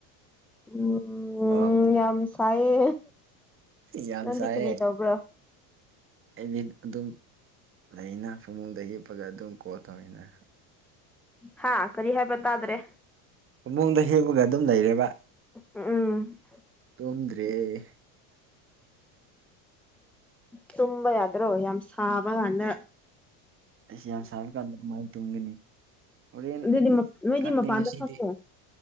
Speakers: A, in the centre; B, on the right.
A: ꯎꯝ
B: ꯑꯥꯎ
A: ꯌꯥꯝ ꯁ ꯍꯥꯏꯌꯦ
B: ꯌꯥꯝ
A: ꯅꯪꯗꯤ
B: ꯁꯥꯏꯌꯦ
A: ꯀꯔꯤ ꯇꯧꯕ꯭ꯔꯥ꯫
B: ꯑꯩꯗꯤ ꯑꯗꯨꯝ ꯂꯩꯅ ꯐꯃꯨꯡꯗ ꯍꯤꯞꯄꯒ ꯑꯗꯨꯝ ꯀꯣꯜ ꯇꯧꯑꯦꯅ
A: ꯍꯥꯥ ꯀꯔꯤ ꯍꯥꯏꯕ ꯇꯥꯗ꯭ꯔꯦ꯫
B: ꯐꯃꯨꯡꯗ ꯍꯤꯞꯄꯒ ꯑꯗꯨꯝ ꯂꯩꯔꯦꯕ꯫
A: ꯎꯝ꯫
B: ꯇꯨꯝꯗ꯭ꯔꯦꯍꯦ
A: ꯇꯨꯝꯕ ꯌꯥꯗ꯭ꯔꯣ ꯌꯥꯝ ꯁꯥꯕ ꯀꯥꯟꯗ
B: ꯑꯁ ꯌꯥꯝ ꯁꯥꯕ ꯀꯥꯟꯗ ꯀꯃꯥꯏ ꯇꯨꯝꯒꯅꯤ ꯍꯣꯔꯦꯟ
A: ꯑꯗꯨꯗꯤ ꯅꯣꯏꯗꯤ
B: ꯈꯪꯗꯦ
A: ꯃꯄꯥꯟꯗ
B: ꯉꯁꯤꯗꯤ
A: ꯐꯝꯃꯣ